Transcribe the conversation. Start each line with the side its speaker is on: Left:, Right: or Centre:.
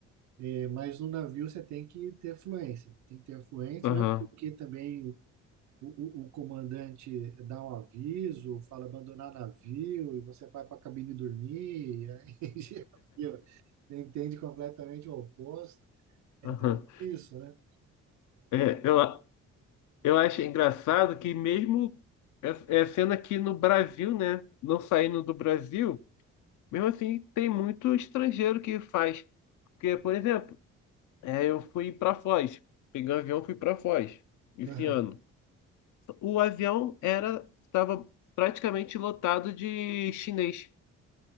Right: É, mas no navio você tem que ter fluência, tem que ter fluência,
Left: Aham,
Right: mesmo porque também o, o, o comandante dá um aviso, fala abandonar navio, e você vai para a cabine dormir, e aí <laughs> já viu, você entende completamente o oposto. Então,
Left: aham.
Right: é por isso, né?
Left: É, eu, a- eu acho engraçado que mesmo é, é sendo aqui no Brasil, né? Não saindo do Brasil, mesmo assim tem muito estrangeiro que faz. Porque, por exemplo, é, eu fui para Foz, peguei um avião, fui para Foz esse
Right: Aham.
Left: ano. O avião era estava praticamente lotado de chinês.